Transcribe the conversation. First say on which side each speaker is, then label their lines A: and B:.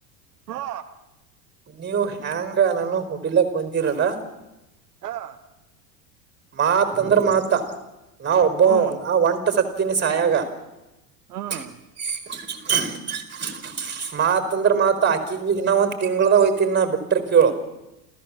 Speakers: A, on the right; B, on the right.
A: ಲೋ
B: ನೀವು ಹೆ್ಯಾಂಗ ನಾನು ಹುಡಿಲಕ್ ಬಂದೀರಲ್ಲ.
A: ಹಾ
B: ಮಾತ್ ಅಂದ್ರೆ ಮಾತ ನಾವ್ ಒಬ್ಬ
A: ಹ್ಮ್
B: ನಾವ ಒಂಟ ಸತ್ತಿನಿ ಸಾಯಾಗ
A: ಹ್ಮ್
B: <unintelligible> ಮಾತ್ ಅಂದ್ರ ಮಾತ್ ಆಕಿಗ್ ಬಿ ನಾವಂತ ತಿಂಳದ ಓಯ್ ತಿ ನ ಬಿಟ್ರ ಕೇಳೋ.